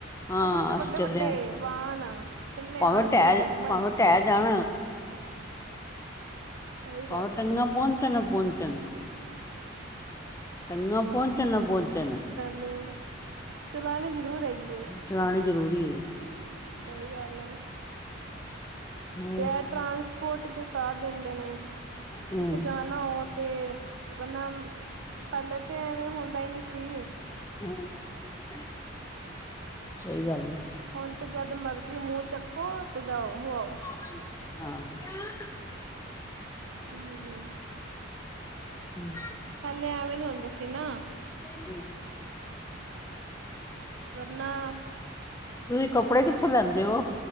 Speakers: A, on the left; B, on the right.
A: ਹਾਂ
B: ਅਪਣੇ ਤੇ ਵੱਡੇ-ਵੱਡੇ
A: ਅਸੀਂ ਚੱਲਿਆ
B: ਵਾਹਨ ਚੱਲੇ
A: ਭਾਵੇਂ
B: ਆਂ ਅਸੀਂ
A: ਢਹਿ
B: ਘੁੰਮਣ।
A: ਭਾਵੇਂ ਢਹਿ ਜਾਣ
B: ਸਹੀ
A: ਭਾਵੇਂ
B: ਗੱਲ
A: ਟੰਗਾਂ
B: ਏ
A: ਪਹੁੰਚਣ ਨਾ ਪਹੁੰਚਣ ਟੰਗਾਂ ਪਹੁੰਚਣ ਨਾਂ ਪਹੁੰਚਣ।
B: ਲੇ ਚਲਾਨੀ ਜ਼ਰੂਰ ਹੈਗੀ ਏ।
A: ਚਲਾਨੀ ਜ਼ਰੂਰੀ ਏ।
B: ਸਹੀ ਗੱਲ ਏ
A: ਹੋਰ
B: ਤੇ ਐ ਟਰਾਂਸਪੋਰਟ ਕੇ ਸਾਥ ਦਿੰਦੇ ਨੇ
A: ਹੂੰ,
B: ਕਿਥੇ ਜਾ ਨਾ ਓ ਤੇ ਮਤਲੱਬ ਪੈਲੇ ਤੇ ਐਵੇਂ ਹੁੰਦਾ ਈ ਨੀ ਸੀ।
A: ਹੂੰ ਸਈ ਗੱਲ ਏ।
B: ਹੁਣ ਤੇ ਜਦ ਮਰਜ਼ੀ ਮੂੰ ਚੱਕੋ ਤੇ ਜਾਓ ਹੋ ਆਓ।
A: ਹਾਂ।
B: ਹਾਂਜੀ।
A: ਹੂੰ।
B: ਪੈਲੇ ਐਵੇਂ ਨੀ ਹੁੰਦਾ ਸੀ ਨਾ।
A: <inaudible>
B: ਵਰਨਾਂ
A: ਤੁਸੀਂ ਕੱਪੜੇ ਕਿੱਥੋਂ ਲੈਂਦੇ ਹੋ,